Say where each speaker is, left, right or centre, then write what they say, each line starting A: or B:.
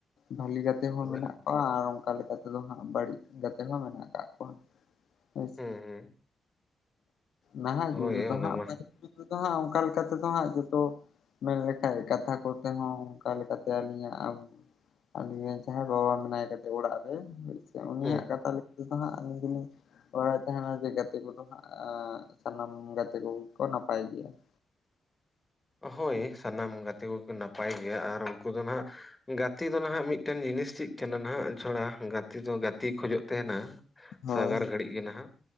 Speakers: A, on the left; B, on the left.
A: ᱵᱷᱟᱞᱤ ᱠᱟᱛᱮ ᱦᱚᱸ,
B: ᱛᱚᱵᱮᱱᱟ
A: ᱢᱮᱱᱟᱜ ᱠᱚᱣᱟ ᱟᱨ ᱚᱱᱠᱟ ᱞᱮᱠᱟ ᱛᱮᱫᱚ ᱦᱟᱸᱜ, ᱵᱟᱹᱲᱤᱡ ᱜᱟᱛᱮ ᱦᱚᱸ ᱢᱮᱱᱟᱜ ᱟᱠᱟᱫᱼᱟ ᱠᱚᱣᱟ ᱾ <inaudible> ᱟᱪᱷᱟ,
B: ᱦᱩᱸ ᱦᱩᱸ
A: ᱱᱟᱦᱟᱜ ᱡᱩᱜ
B: ᱦᱳᱭ
A: ᱨᱮ ᱫᱚ
B: ᱚᱱᱟ
A: ᱦᱟᱸᱜ
B: ᱢᱟ
A: ᱨᱮ <unintelligible> ᱫᱚ ᱦᱟᱸᱜ ᱚᱱᱠᱟ ᱞᱮᱠᱟ ᱛᱮᱫᱚ ᱦᱟᱸᱜ, ᱡᱚᱛᱚ ᱢᱮᱱ ᱞᱮᱠᱷᱟᱡ, ᱠᱟᱛᱷᱟ ᱠᱚᱛᱮ ᱦᱚᱸ ᱚᱱᱠᱟ ᱞᱮᱠᱟ ᱛᱮ ᱟᱹᱞᱤᱧᱟᱜ ᱟᱞᱤᱧᱤᱡ, ‌ ᱡᱟᱦᱟᱸᱭ ᱵᱟᱵᱟ ᱢᱮᱱᱟᱭ ᱠᱟᱫᱮ ᱚᱲᱟᱜ ᱨᱮ ᱾ ᱩᱱᱤᱭᱟᱜ,
B: ᱦᱩᱸ
A: ᱠᱟᱛᱷᱟ ᱞᱮᱠᱟ ᱛᱮᱫᱚ, ᱦᱟᱸᱜ ᱟᱹᱞᱤᱧ ᱫᱚᱞᱤᱧ ᱵᱟᱲᱟᱭ ᱛᱟᱦᱮᱱᱟ, ᱡᱮ ᱜᱟᱛᱮ ᱠᱚᱫᱚ ᱦᱟᱸᱜ? ᱥᱟᱱᱟᱢ ᱜᱟᱛᱮ ᱠᱚ ᱜᱮ ᱠᱚ, ᱱᱟᱯᱟᱭ ᱜᱮᱭᱟ ᱾
B: ᱦᱳᱭ! ᱥᱟᱱᱟᱢ ᱜᱟᱛᱮ ᱠᱚᱠᱚ, ᱱᱟᱯᱟᱭ ᱜᱮᱭᱟ ᱟᱨ ᱩᱱᱠᱩ ᱫᱚ, ᱱᱷᱟᱜ ᱜᱟᱛᱮ ᱫᱚ ᱱᱷᱟᱜ, ᱢᱤᱫᱴᱮᱱ ᱡᱤᱱᱤᱥ ᱪᱮᱫ ᱠᱟᱱᱟ? ᱱᱷᱟᱜ ᱾ ᱛᱷᱚᱲᱟ ᱜᱟᱛᱮ ᱫᱚ ᱜᱟᱛᱮᱭ, ᱠᱷᱚᱡᱚᱜ ᱛᱟᱦᱮᱱᱟ ᱾
A: ᱦᱳᱭ
B: ᱥᱟᱜᱟᱨ ᱜᱷᱟᱹᱲᱤᱡ ᱜᱮ ᱱᱷᱟᱜ,